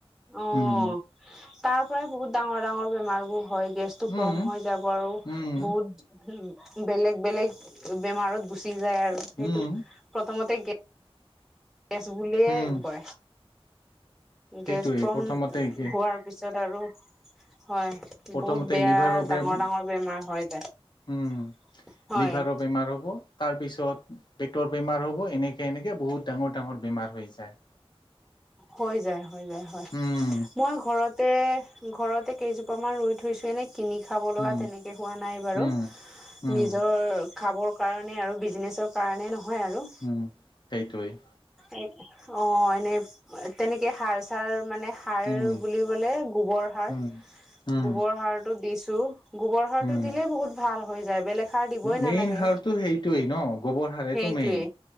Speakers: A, in the centre; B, on the left.
A: অ অ। এ
B: উম
A: হে তাৰ পৰাই বহুত ডাঙৰ-ডাঙৰ বেমাৰ বোৰ হয় গেছটো ফৰ্ম
B: উম
A: হৈ যাব আৰু
B: উম
A: বহুত উম উ বেলেগ বেলেগ বেমাৰত গুচি যায় আৰু সেইটো
B: উম
A: প্ৰথমতে গে গেছ বুলিয়ে
B: উম
A: কয়।
B: সেইটোৱে
A: গেছ ফৰ্ম
B: প্ৰথমতে একে
A: হোৱাৰ পিছত আৰু হয়।
B: প্ৰথমতে
A: বহুত বেয়া
B: লিভাৰৰ বেম
A: ডাঙৰ-ডাঙৰ বেমাৰ হয় যায়,
B: উম
A: হয়।
B: লিভাৰৰ বেমাৰ হব তাৰপিছত পেটৰ বেমাৰ হ'ব এনেকে সে এনেকে বহুত ডাঙৰ-ডাঙৰ বেমাৰ হৈ যায়।
A: হৈ যায় হৈ যায় হয়।
B: উম
A: মই ঘৰতে ঘৰতে কেইজোপা মান ৰুই থৈছো এনে কিনি খাব লগা
B: উম
A: তেনেকে হোৱা নাই বাৰু
B: উম
A: হে হে। হে
B: উম
A: এ নিজৰ খাবৰ কাৰণে আৰু বিজনেচৰ কাৰণে নহয় আৰু
B: উমঁ' সেইটোৱেই।
A: এ অঁ' এনেই তেনেকে সাৰ চাৰ মানে- সাৰ
B: উম
A: বুলিবলে গোবৰ সাৰ।
B: উম উম
A: গোবৰ সাৰটো দিছোঁ, গোবৰ সাৰ
B: উম
A: টো দিলে বহুত ভাল হৈ যায়, বেলেগ- খাৰ দিবয়ে নালাগে,
B: মেইন সাৰটো সেইটোৱেই ন গোবৰ সাৰেটো
A: সেইটোৱে
B: মেইন